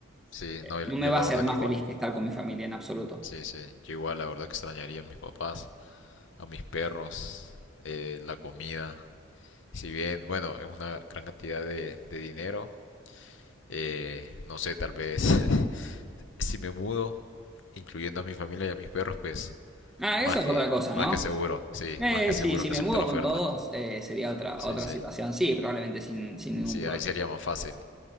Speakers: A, on the left; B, in the centre.
A: Sí, no, yo
B: No me
A: yo
B: va
A: la
B: a hacer
A: verdad
B: más
A: que igual.
B: feliz que estar con mi familia en absoluto.
A: Sí, sí. Yo igual la verdad que extrañaría a mis papás, a mis perros, eh, la comida. Si bien, bueno, es una gran cantidad de, de dinero, eh, no sé, tal vez <laughs> si me mudo, incluyendo a mi familia y a mis perros, pues
B: Ah,
A: más
B: eso
A: que,
B: es otra cosa,
A: más
B: ¿no?
A: que seguro, sí,
B: Eh,
A: más que seguro
B: sí, si
A: que
B: me
A: acepto
B: mudo
A: la
B: con
A: oferta.
B: todos, eh, sería otra,
A: Sí,
B: otra
A: sí.
B: situación. Sí, probablemente sin, sin ningún
A: Sí,
B: problema.
A: ahí sería más fácil.